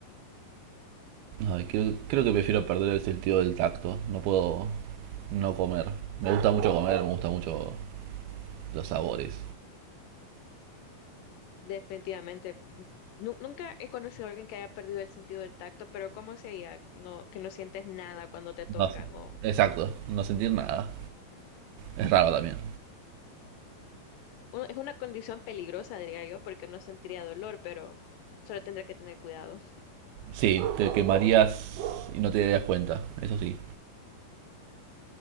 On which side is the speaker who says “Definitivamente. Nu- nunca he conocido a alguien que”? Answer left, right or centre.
Left